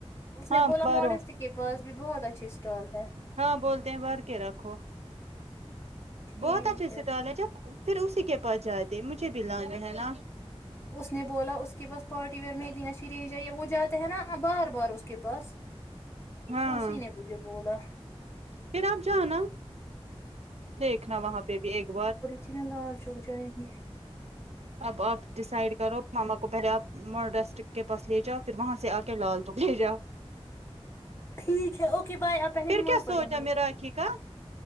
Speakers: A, on the left (about 25°); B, on the right (about 80°).
A: اس
B: ہاں
A: نے بولا
B: بارو
A: موڈسٹی کے پاس بھی بہت اچھی اسٹال ہے
B: ہاں بولتے ہیں بھر کے رکھو
A: ٹھیک
B: بہت اچھے
A: ہے
B: سے ڈالا جب پھر اسی کے پاس جاتے مجھے بھی لانا ہے نا
A: اس نے بولا اس کے پاس پارٹی ویئر میں لیش رینج ائی ہے وہ جاتے ہیں نا بار بار اس کے پاس
B: ہاں
A: اسی نے مجھے بولا
B: پھر آپ جانا دیکھنا وہاں پہ بھی ایک بار
A: چیننا لال جھوک جائیں گے
B: اب آپ ڈیسائڈ کرو ماما کو پہلے آپ مڈسٹک کے پاس لے جاؤ پھر وہاں سے آکے لال چوک لےجاؤ
A: ٹھیک ہے اوکے بائے آپ پہلے
B: پھر
A: نماز
B: کیا
A: پڑھیں
B: سوچا
A: گے
B: میں راکھی کا